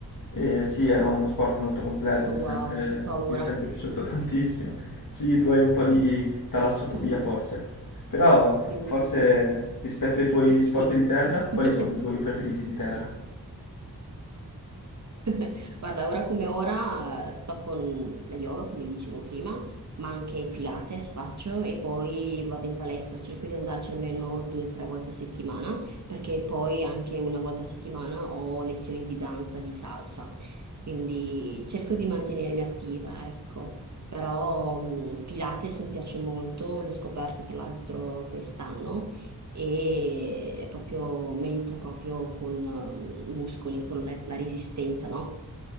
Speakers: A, on the left; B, on the right.
A: E sì, era uno sport molto completo,
B: Oh,
A: mi è sempre,
B: wow, che paura,
A: mi è sempre piaciuto <laughs> tantissimo. Sì, tu hai un po' di talassofobia
B: Mm.
A: forse, però
B: bellissimo.
A: forse rispetto ai tuoi sport
B: Sì.
A: di terra, quali
B: <laughs>
A: sono i tuoi preferiti di terra?
B: <laughs> Guarda, ora come ora eh, sto con la yoga, come dicevo prima, ma anche Pilates faccio e poi vado in palestra, cerco di andarci almeno due o tre volte a settimana, perché poi anche una volta a settimana ho lezioni di danza, di salsa, quindi cerco di mantenermi attiva, ecco. Però mm, Pilates mi piace molto, l'ho scoperto tra l'altro quest'anno e è proprio, mi aiuta proprio con eh, i muscoli, con la la resistenza, no?